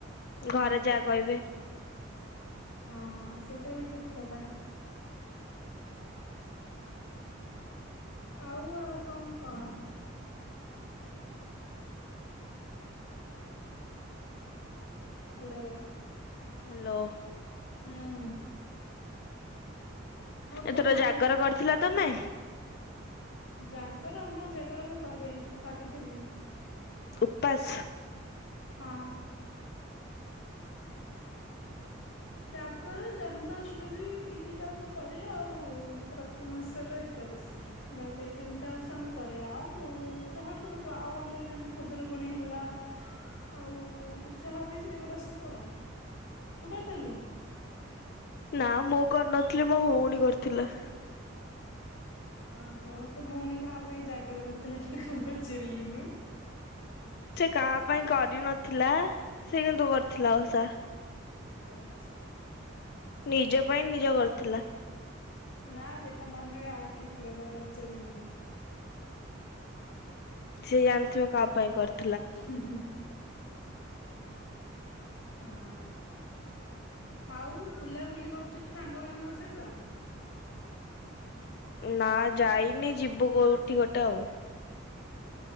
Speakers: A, on the left (about 55°); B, on the left (about 85°).
A: ଘରେ
B: ହୁଁ
A: ଯାହା କହିବେ।
B: ହଁ ସେଇଟା ବି ଠିକ କଥା। ଆଉ ଆଉ କଣ କହ? ହ୍ୟାଲୋ
A: ହ୍ୟାଲୋ
B: ହୁଁ ଆଉ
A: ଏଥର
B: କଣ ହାଲ
A: ଜାଗର କରିଥିଲା ତମେ।
B: ଜାଗର ହଁ ଜାଗର ମୁଁ କରେ କରିଥିଲି।
A: ଉପବାସ୍।
B: ହଁ ଜାଗର ଜନ୍ମାଷ୍ଟମୀ ଏଇ ଦିଟା ମୁଁ କରେ ଆଉ ପ୍ରତି ମାସର ଏକାଦଶୀ ବାସ ଏଇ ତିନିଟା ଉଷ ମୁଁ କରେ ଆଉ ଯହାକୁ ଆଉ ଆମର ଯେମିତି ଖୁଦରୁକୁୁଣୀ ହେଲା ଆଉ ଯହା ବି ସେଗୁଡା ଶୁଭ ଆଉ ତୁ ଲୁ
A: ନା ମୁଁ କରିନଥିଲି ମୋ ଭଉଣୀ କରିଥିଲା।
B: ହ ହୋ ତ ଭଉଣୀ କାହା ପାଇଁ ଜାଗର କରିଥିଲା ଟିକେ ପଚାରିଲୁନୁ
A: ସେ କାହା ପାଇଁ କରିନଥି। ଥିଲା ସେ କିନ୍ତୁ କରିଥିଲା ଓଷା
B: ସେ ଅଛା
A: ନିଜ ପାଇଁ ନିଜ କରିଥିଲା।
B: ନା ଭାଇ ତା ମନରେ ଆଉ କିଏ ଥିବ ତକୁଟ ପଚାରିବୁ।
A: ସେ ଜାଣିଥିବ କାହା ପାଇଁ କରି
B: ହୁଁ ହୁଁ ହଁ ଆଉ ବୁଲାବୁଲି କରୁଛୁ ସାଙ୍ଗ ମାନଙ୍କ ସହିତ।
A: ନା ଯାଇନି ଯିବୁ କୋଉଠି ଗୋଟେ ଆଉ।